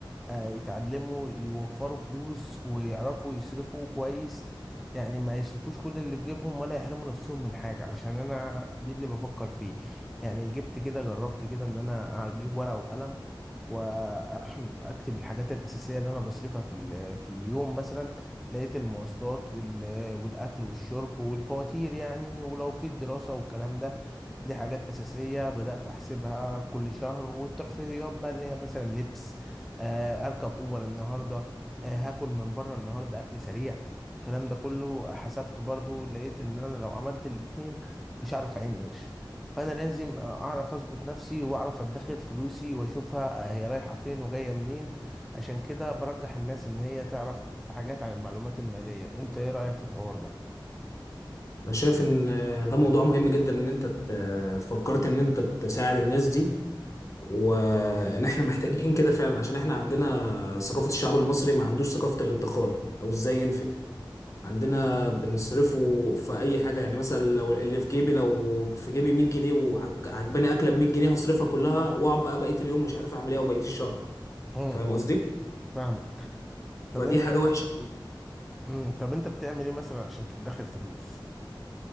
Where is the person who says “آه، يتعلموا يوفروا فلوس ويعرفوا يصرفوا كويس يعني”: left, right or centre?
Centre